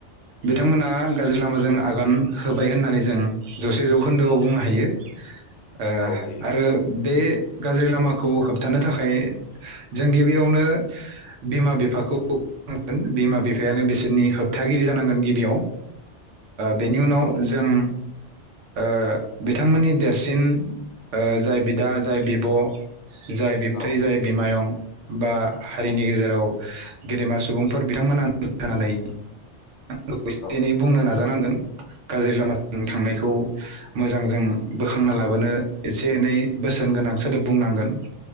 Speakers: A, on the right; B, on the left.
A: बिथांमोना गाज्रि लामाजों आगान होबाय होननानै जों जौसे जौखोन्दोआव बुंनो हायो आरो
B: औ हायो
A: बे गाज्रि लामाखौ होबथानो थाखाय जों गिबियावनो बिमा बिफाखौन बिमा बिफायानो बिसोरनि होब थागिरि जानांगोन गिबियाव बेनि उनाव
B: औ
A: जों ओ बिथांमोननि देरसिन जाय ओ बि दा जाय बिब' जाय बिबथै
B: औ
A: जाय बिमायं बा हारिनि
B: औ
A: गेजेराव गेदेमा सु सुबुंफोर बिथांमोना <unintelligible> होनानै लोगोसे
B: औ
A: <unintelligible> बुंनो नाजानांगोन। गाज्रि लामाजों थांनायखौ
B: ओं
A: मोजांजों बोखांना लाबोनो एसे एनै बोसोन गोनांसो सोदाब बुंनांगोन।